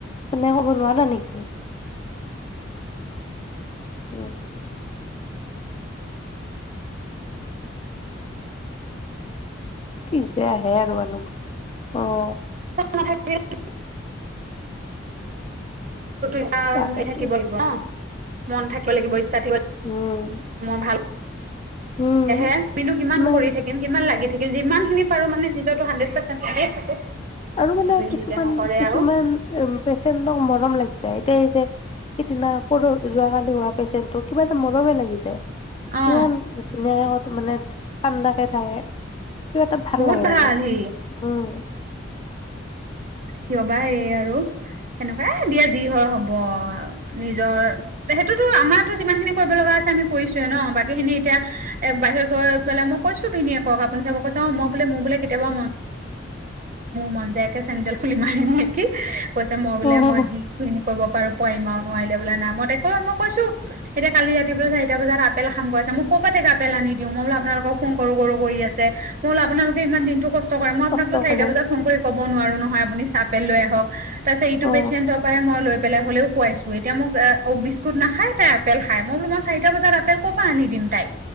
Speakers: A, on the left; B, on the right.
A: তেনে কব নোৱাৰা নেকি। উম কিযে আহে আৰু অহ,
B: <unintelligible> নিজৰ ইচা আৰাম
A: তাকেইতো
B: হৈ থাকিব লাগিব অহ। মন থাযে লাগিবচ <unintelligible>
A: উম
B: মই ভাল।
A: উম
B: এহে আমিনো কিমান
A: ইমান
B: কৰি থাকিম কিমান লাগি থাক ম যিমানখিনি পাৰো মানে নিজকি হান্দ্ৰেড পাৰ্চেণ্ট থাকো।
A: আৰু
B: তথাপিও
A: মানে কিছুকাম
B: নিজে নকৰে
A: কিছুমান
B: আৰু
A: পেচেন্টক মৰম লাগে। এতিয়া যে সিদিনা পৰ যোৱকালি হোৱা পেচেণ্টো কিবা এটা মৰমে লাগি যায়।
B: অ
A: ইমান ধুনীয়া। মানে ঠাণ্ডাকে থাকে। কিবা এটা ভাল
B: বহুত
A: লাগে মানে
B: সি
A: উম।
B: কিয় বা এই আৰু সেনেকুৱাই এ দিয়া যি হয় হব, নিজৰ সেইটোতো আমাৰতো যিমান খিনি কৰিব লগা আছে আমি কৰিছোঁৱেই ন, বাকী খিনি এতিয়া এ বাহিৰত গৈ পেলাই মই কৈছো ভিনীয়েক আপুনি চাব, কৈছে অ মই বোলে মোৰ বোলে কেতিয়াবা মন যায়। খুলি মাৰিম নেকি? কৈছে মই বোলে
A: অ
B: মই যিখিনি কৰিব। বাৰু পোৱিমা আৰু নোৱাৰিলে বোলে নাই মই মই কৈছো এতিয়া কালি ৰাতিপোলে চাৰিটা বজাত আপেল খাম কৰা আছে মই ক'ৰপাতে আপেল আনি দিওঁ মই বোল আপোনালোকক ফোন কৰো কৰো কৰি আছে। মই বোলো আপোনালোকে ইমান দিনটো কষ্ট কৰে মই
A: কষ্ট
B: আপোনাকতো চাৰটা
A: কৰে
B: বজাত ফোন কব নোৱাৰো নহয়। আপুনি চাহপেল লৈ আহক তাৰ পিছত ইটো
A: অ
B: পেচেণ্টৰ পৰাই মই লৈ হলেও খুৱাইছো এতিয়া মোক। অ বিস্কুট নাখায় তাই? আপেল খাই, মই বোলো, মই চাৰিটা বজাত আপেল ক'ৰ পৰা আনি দিম তাইক?